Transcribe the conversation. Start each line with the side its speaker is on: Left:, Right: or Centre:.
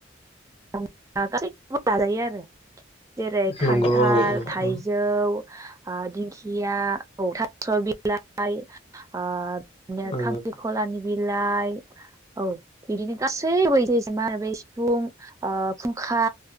Right: औ गासैखौबो जाजायो आरो जेरै खान्थाल
Left: नंगौ औ
Right: थाइजौ
Left: औ
Right: ओ दिंखिया औ थास' बिलाइ ओ बिदिनो
Left: औ
Right: खांख्रिखलानि बिलाइ औ बिदिनो गासैबो <unintelligible> सिफुं ओ फुंखा